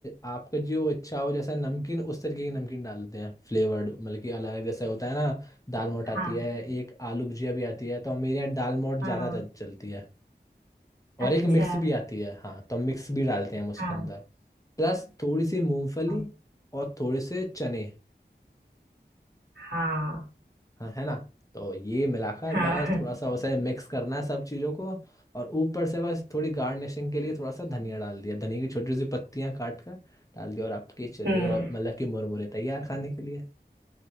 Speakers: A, on the left; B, on the right.
A: आपका जो इच्छा हो जैसा नमकीन उस तरीके की नमकीन डालते हैं फ्लेवर्ड मतलब कि अलग जैसे होता है ना दाल मोठ आती
B: हाँ
A: है एक आलू भुजिया भी आती है तो हम मेरे यहाँ दाल मोठ
B: हाँ
A: ज़्यादा चल- चलती है
B: अच्छा
A: और एक मिक्स भी आती है हाँ तो हम मिक्स भी डालते हैं हम उसके
B: हाँ
A: अंदर प्लस थोड़ी सी मूंगफली
B: हाँ
A: और थोड़े से चने
B: हाँ
A: हाँ है ना तो ये मिलाकर
B: हाँ
A: बस थोड़ा सा उसे मिक्स करना है सब चीज़ों को और ऊपर से बस थोड़ी गार्निशिंग के लिए थोड़ा सा धनिया डाल दिया धनिया की छोटी सी पत्तियां काट कर डाल दिया और आपके चिरवे
B: हम्म
A: और मतलब की मुरमुरे तैयार खाने के लिए